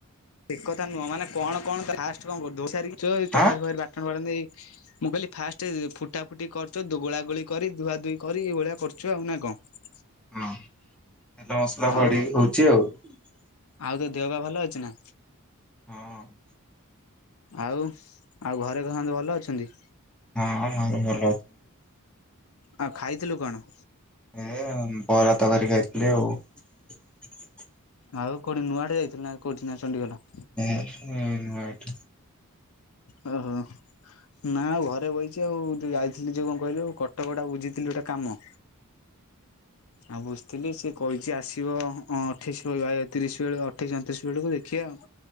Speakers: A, on the left; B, in the centre.
A: ସେକଥା ନୁହଁ, ମାନେ କଣ କଣ ଫାଷ୍ଟ କଣ କରୁ। <unintelligible> ଏଇ ତରକାରୀ
B: ଆଁ
A: ଫରକାରୀ ବାଟଣ ଫାଟଣ ଦେଇ ମୁଁ କହିଲି ଫାଷ୍ଟ ଫୁଟା ଫୁଟି କରୁଚ ଗୋଳା ଗୋଳି କରି ଧୁଆ ଧୁଇ କରି ଏଇଭଳିଆ କରୁଚ ଆଉ ନା କଣ?
B: ହଁ ତେଲ ମସଲା
A: ଆଉ
B: ପଡି଼କି ହଉଛି ଆଉ ।
A: ଆଉ ତୋ ଦେହ ପା ଭଲ ଅଛି ନା?
B: ହଁ ।
A: ଆଉ ଆଉ ଘରେ ସମସ୍ତେ ଭଲ ଅଛନ୍ତି?
B: <unintelligible>
A: ଆଉ ଖାଇଥିଲୁ କଣ?
B: ଏ ବରା ତରକାରୀ ଖାଇଥିଲି ଆଉ ।
A: ଆଉ କୋଉଠି ନୂଆ ଆଡେ ଯାଇଥିଲୁ କୋଉଠି ନା ଚଣ୍ଡିଖୋଲ?
B: <unintelligible> ନୂଆ ହାଟ।
A: ଓହୋ ନା ଆଉ ଘରେ ବଇଚି ଆଉ ଯୋଉ ଯାଇଥିଲି ଯୋଉ କଣ କହିଲୁ କଟକ ଟା ବୁଝିଥିଲୁ ଯୋଉଟା କାମ ଆଉ ବୁଝଥିଲି ସିଏ କହିଛି ଆସିବ ଅଠେଇଶି ରୁ ତିରିଶ ବେଳ ଅଠେଇଶି ଅଣତିରିଶ ବେଳକୁ ଦେଖିବା ଆଉ।